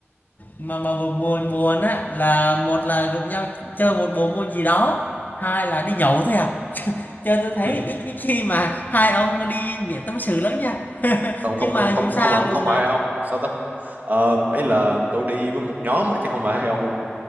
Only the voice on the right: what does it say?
ừ.
không
không
không không
không hẳn không
phải
hai ông sao ta Ờ, ấy là tôi đi với một nhóm á, chứ không phải hai ông ông ạ.